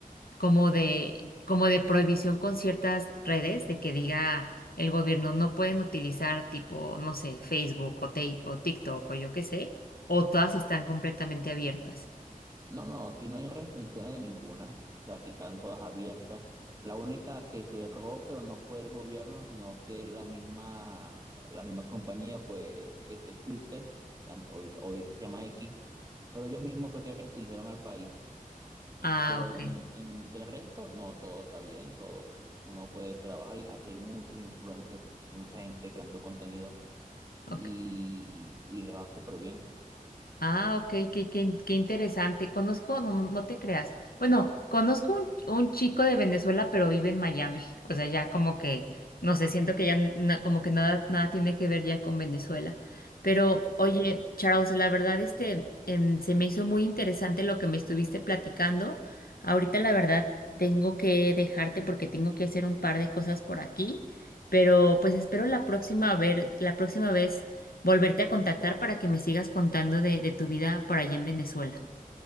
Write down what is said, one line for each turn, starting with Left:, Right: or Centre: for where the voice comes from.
Left: como de, como de prohibición con ciertas redes de que diga el gobierno no pueden utilizar tipo, no sé, Facebook o, Ti- o TikTok o yo qué sé? ¿O todas están completamente abiertas?
Right: No, no, aquí no hay restricciones de ninguna. O sea, Aquí están todas abiertas. La única que cerró, pero no fue el gobierno, sino que la misma, la misma compañía fue este Twitter, an- ahorita- hoy que se llama X, pero ellos mismos fue que restringieron al país.
Left: Ah,
Right: Pero
Left: ok.
Right: en, en- del resto, no, todo está bien, todo uno puede trabajar. Y Aquí hay muchos influencers, mucha gente creando contenido
Left: ok.
Right: y, y le va súper bien.
Left: Ah, ok, qué, qué- qué interesante. Conozco, no, no no te creas. Bueno, conozco un, un chico de Venezuela, pero vive en Miami. O sea, ya como que, no sé, siento que ya na- como que nada, nada tiene que ver ya con Venezuela. Pero, oye,
Right: Sí,
Left: Charles, la verdad, este, em, se me hizo muy interesante lo que me estuviste platicando. Ahorita, la verdad, tengo que dejarte porque tengo que hacer un par de cosas por aquí. Pero, pues espero la próxima ver, la próxima vez volverte a contactar para que me sigas contando de, de tu vida por allá en Venezuela.